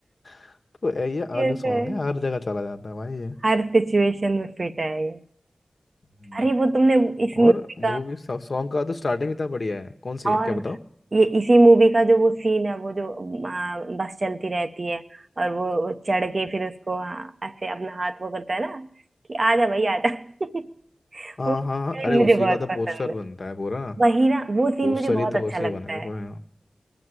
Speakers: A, on the left; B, on the right.
A: <laughs> तो ये
B: ये
A: आलू
B: तो
A: सॉन्ग
B: है
A: है हर जगह चला जाता है भाई
B: हर सिचुएशन में फिट है ये
A: ये
B: अरे वो तुमने इस मूवी
A: और मूवी
B: का
A: सॉन्ग का तो स्टार्टिंग इतना बढ़िया है कौन सी
B: और
A: है क्या बताओ
B: ये इसी मूवी का जो वो सीन है वो जो आ, बस चलती रहती है और वो चढ़ के फिर उसको हाँ, ऐसे अपना हाथ वो करता है ना कि आजा भाई आजा <laughs>
A: हाँ
B: वो सीन
A: हाँ हाँ, अरे उसी
B: मुझे बहुत
A: का तो पोस्टर
B: पसंद है
A: बनता है पूरा
B: वही ना वो सीन
A: पोस्टर
B: मुझे बहुत
A: ही तो
B: अच्छा
A: उसी
B: लगता
A: बना है
B: है
A: पूरा